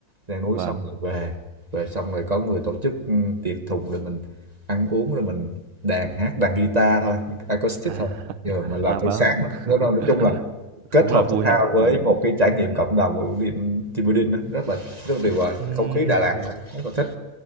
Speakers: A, on the right; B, on the right.
A: leo núi
B: vâng
A: xong rồi về rồi xong rồi có người tổ chức ừ, tiệc thùng rồi mình ăn uống rồi mình đàn hát đàn guitar thôi acoustic
B: à,
A: thôi rồi mà làm
B: à
A: tới
B: vâng
A: sáng lắm.
B: <laughs>
A: Nói nói chung là kết
B: cũng
A: hợp
B: là vui
A: thể thao
B: thật vâng
A: với một cái trải nghiệm cộng đồng của team team building đó, rất là rất là tuyệt vời
B: Ừm,
A: không khí Đà Lạt rất là thích